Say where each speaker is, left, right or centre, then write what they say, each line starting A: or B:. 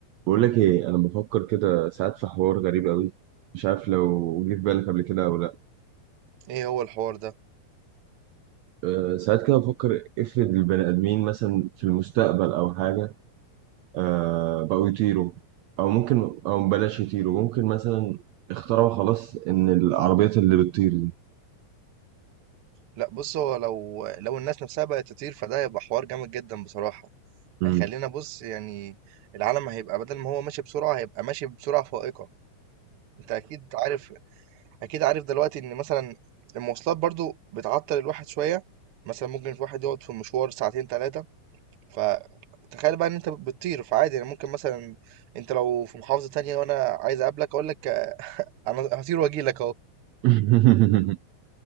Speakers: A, on the right; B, on the right.
A: بقول لك ايه انا بفكر كده ساعات في حوار غريب قوي مش عارف لو جه في بالك قبل كده او لا
B: ايه هو الحوار ده
A: أه ساعات كده بفكر افرض البني ادمين مثلا في المستقبل او حاجه أه بقوا يطيروا او ممكن او بلاش يطيروا ممكن مثلا اخترعوا خلاص ان العربيات اللي بتطير دي
B: لا بص هو لو لو الناس نفسها بقت تطير فده هيبقى حوار جامد جدا بصراحة
A: مم.
B: هيخلينا بص يعني العالم هيبقى بدل ما هو ماشي بسرعة هيبقى ماشي بسرعة فائقة انت اكيد عارف اكيد عارف دلوقتي ان مثلا المواصلات برضو بتعطل الواحد شوية مثلا ممكن الواحد يقعد في مشوار ساعتين ثلاثة فتخيل بقى ان انت بتطير فعادي يعني ممكن مثلا انت لو في محافظة تانية وانا عايز اقابلك اقول لك انا هطير واجي لك اهو
A: <laughs>